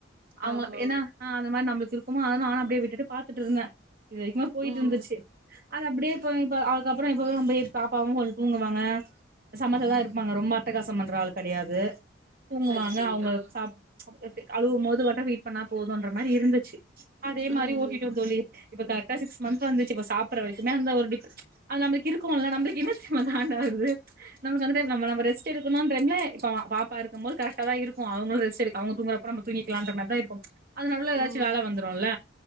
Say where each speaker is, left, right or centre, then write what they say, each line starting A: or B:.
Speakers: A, on the right; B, on the right.
A: அவங்கள
B: ஆமா
A: ஏனா அ அந்தமாரி நம்மளுக்கு இருக்குமா அத நானு அப்டியே விட்டுட்டு பாத்துட்டு இருந்தே இது வரைக்குமா போய்ட்டு
B: ம்
A: இருந்துச்சு அது அப்டியே போய் இப்ப அதுக்கப்றோ இப்பவே <unintelligible> பாப்பாவு கொஞ்சோ தூங்குவாங்க சமத்தா தா இருப்பாங்க ரொம்ப அட்டகாசம் பண்ற ஆள் கெடையாது தூங்குவாங்க
B: சரி சரி
A: அவுங்க
B: ஆ
A: சாப் அழுவபோது மட்டு ஃபீட் பண்ணா போதுன்ற மாரி இருந்துச்சி அதே
B: ம்
A: மாரி ஓட்டிட்டோ
B: ம்
A: ‌தோழி இப்ப கரெக்டா சிக்ஸ் மந்த் வந்துச்சு இப்ப சாப் ட்ற வரைக்குந்தா அந்த ஒரு டிப் அது நம்ளுக்கு இருக்குல்ல நம்ளுக்கு என்ன தெரிமா காண்டா வருது நம்ம அந்த டைம் <unintelligible> ரெஸ்ட் எடுக்கணுன்றேம்ல இப்ப பா பாப்பா இருக்கும்போது கரெக்டா தா இருக்கு அவங்களு ரெஸ்ட் எடுக்க அவங்க தூங்குறப்ப நம்ம தூங்கிக்கலான்ற மாரிதா இருக்கு அது நல்ல எதாச்சு
B: ம்
A: வேல வந்துருல்ல